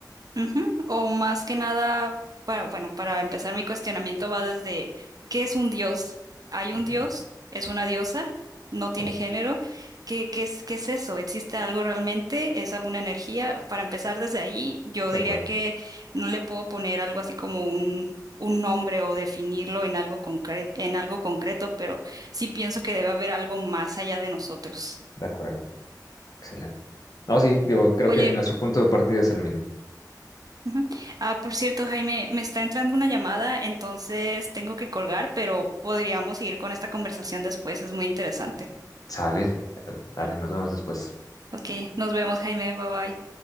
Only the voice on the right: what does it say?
Ujú. O más que nada, para, bueno, para empezar mi cuestionamiento va desde, ¿qué es un dios? ¿Hay
un dios? ¿Es una diosa? ¿No tiene
género? ¿Qué, qué es, qué es eso? ¿Existe algo realmente? ¿Es alguna energía? Para empezar desde ahí, yo
diría
que no le puedo poner algo así como un, un nombre o definirlo en algo concre- en algo concreto, pero sí pienso que debe haber algo más allá de nosotros.
Oye,
Ujú. Ah, por cierto, Jaime, me está entrando una llamada, entonces tengo que colgar, pero podríamos seguir con esta conversación después, es muy interesante.
Ok, nos vemos, Jaime, bye bye.